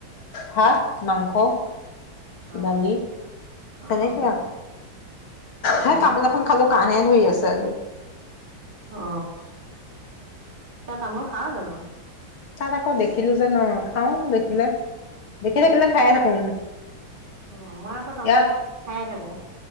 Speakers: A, on the left; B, on the right.
A: ভাত মাংস
B: অ',
A: দালি
B: অ'।
A: তেনেকে আৰু
B: অ',
A: হে তামোল এখন খালো লো কাঁহে ধৰি আছে আজি
B: অ তয় তামোল খাৱ জানো
A: তাত আকৌ দেখিলো যে ন খাওঁ দেখিলে দেখি থাকিলে খাই থাকো
B: অ মই আকৌ তামোল
A: ইয়াত
B: খায়েই থাকো